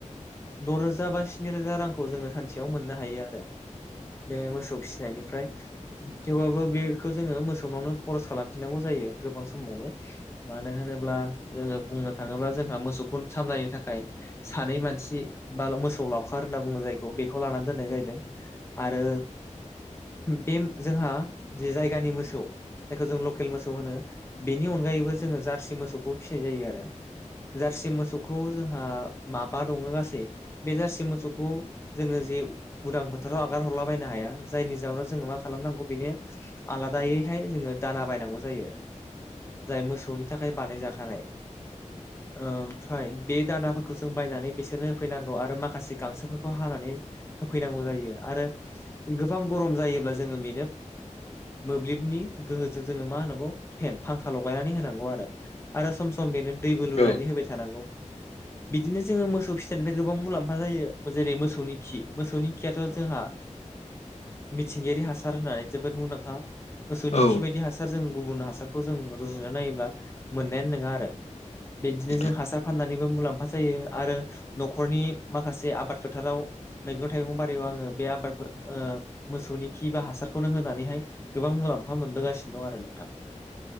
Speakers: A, on the left; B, on the left.
A: दरोजा बा स्नि रोजा रांखौ जोङो सानसेयाव मोननो हायो आरो बे मोसौ फिसि निफ्राय थेवबाबबो बेखौ जोङो मोसौनावनो खरस खालामफिननांगौ जायो गोबां समावनो। मानो होनोब्ला ङो बुंनो थाङोब्ला जोंहा मोसौखौ सामलायनो थाखाय सानै मानसि बा मोसौ लाव लावखार होनना बुङो जायखौ बेखौ लानानै दोननाय जाह जादों आरो बे जोंहा जे जायगानि मोसौ जायखौ जों लकेल मोसौ होनो बेनि अनगायैबो जोङो जार्सि मोसौखौ फिसिनाय जायो आरो जार्सि मोसौखौ जों ओ माबा दङ गासै बे जारसि मोसौखौ जोङो जे उदां फोथाराव आगार हर ला बायनो हाया जायनि जाहोनाव जोङो मा खालामनांगौ बेनो आलादायैहाय जोङो दाना बायनांगौ जायो। जाय मोसौनि थाखाय बानायजाखानाय ओमफ्राय बे दानाफोरखौ जों बायनानै बिसोरनो होफैनांगौ आरो माखासे गांसोफोरखौ हानानै होफैनांगौ जायो। आरो गोबां गरम जायोब्ला जोङो बेनो मोब्लिबनि गोहोजों जोङो मा होनांगौ फेन फांखा लगायनानै होनांगौ आरो। आरो सम सम बेनो दैबो लुनानै
B: औ
A: होबाय थानांगौ। बिदिनो जोङो मोसौ फिथाइनिफ्राय गोबां मुलाम्फा जायो जेरै मोसौनि खि मोसौनि खियाथ' जोंहा मिथिंगायारि हासार होननानै जोबोद मुंदांखा। मोसौनि
B: औ
A: खि बायदि हासार जों गुबुन हासारखौ जों रुजुना नायोब्ला मोननायानो नङा आरो। बिदिनो जों
B: नोंथां औ नोंथां
A: हासार फाननानै बो मुलाम्फा जायो आरो न'खरनि माखासे आबाद फोथाराव मैगं थाइगं बारियाव आङो बे आबादफोर मोसौनि खि बा हासारखौनो होनानैहाय गोबां मुलाम्फा मोनबोगासिनो दं आरो नोंथां।